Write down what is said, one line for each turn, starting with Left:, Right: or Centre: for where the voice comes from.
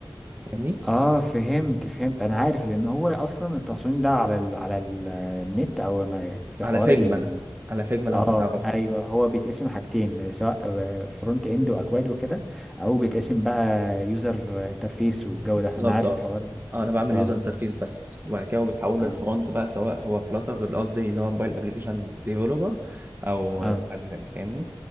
Right: فاهمني
Centre: اه فهمت فهمت انا عارف لان هو اصلا التصميم ده على ال... على ال- النت او ما- في
Right: على
Centre: حوار
Right: فيجما على فيجما لو
Centre: اه
Right: انت تعرف
Centre: ايوه هو بيتقسم حاجتين سواء فرونت اند واكواد وكده او بيتقسم بقى يوزر انترفيس والجو
Right: بالظبط
Centre: ده انا عارف
Right: اه
Centre: الحوار ده
Right: آه، انا بعمل
Centre: اه
Right: يوزر انترفيس بس وبعد كده هو بيتحول
Centre: اه
Right: للفرونت بقى سواء هو فلاتر قصدي اللي هو موبايل ابلكيشن ديفلوبر او
Centre: اه
Right: آه، حد تاني فاهمني